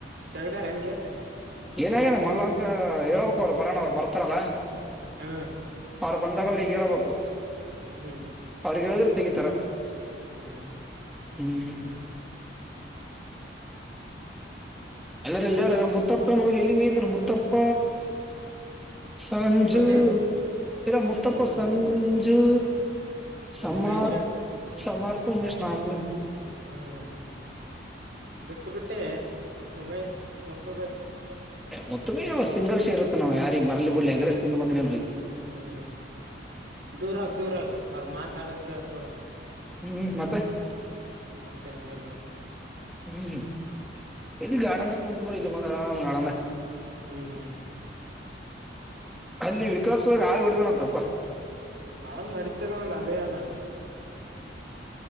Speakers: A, on the right; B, in the centre.
A: ತೆಗ್ದಾರ ನಿನ್ಗೆಟು
B: ನನ್ನಾಗೇನೆ ಮಲ್ಲಂಕ ಹ ಹೇಳಳ್ಬೇಕ ಅವ್ರು ಬರೋಣ ಅವ್ ಬರ್ತಾರಲ್ಲ.
A: ಹ್ಮ್
B: ಅವ್ರು ಬಂದಾಗ ಅವ್ರಿಗ್ ಹೇಳ್ಬೇಕು.
A: ಹ್ಮ್
B: ಅವ್ರಿಗೆ ಹೇಳಿದ್ರೆ ತೆಗಿತಾರ.
A: ಹ್ಮ್
B: ಹ್ಮ್ ಹ್ಮ್ ಎಲ್ಲಾರ ಎಲ್ಲಾರ ಮುತ್ತಪ್ಪನ ಹೋಗಿ ಎಲ್ಲಿ ಹೋಗಯಂದ್ರ ಮುತ್ತಪ್ಪ. ಸಂಜು
A: ಒಬ್ಬನೇನ್
B: ಇರ ಮುುತ್ತಪ್ಪ
A: ಹ್ಮ್
B: ಸಂಜು. ಸಮಾರ
A: ಉಮೇಶ್
B: ಸಮಾರ್ <unintelligible>
A: ಹ್ಮ್ ಬಿಟ್ಟು ಬಿಟ್ಟೆ. ಉಮೇ ಮುತ್ತು ಬಾಯಿ
B: ಮೊತ್ತಮ ಯ್ಯಾವಸ್ ಸಿಂಗರ್ಸ್ ಇರುತ್ತ ನವು ಯಾರಿಗೆ ಬರ್ಲಿ ಬಿಡ್ಲಿ ಎಗ್ ರೈಸ್ ಬಂದೇನ್ರೀ.
A: ಹ್ಮ್ ದೂರಾಗ ದೂರಾಗ ಅವರು ಮಾತಾಡದ ಕೇಳಿಸಬಾರದು
B: ಹ್ಮ್ ಮತ್ತೆ
A: ಮತ್ತೆ ಹೆಂಗಿರ್ಲ
B: ಹ್ಮ್ ಎಲ್ಲಿ ಗಾರ್ಡನ್ದ ಕುಂಚ ನೋಡಿ ಇಲ್ಲ ಮ ಆರಾಮ ಗಾರ್ಡನ್ದ.
A: ಹ್ಮ್
B: ಅಲ್ಲಿ ವಿಕಾಸವಾಗಿ ಆಗಿ ಬಿಡ್ದನಂತಪ್ಪ
A: ಹ ನಡತದ ಒಂದ ಅದೇ ಅದ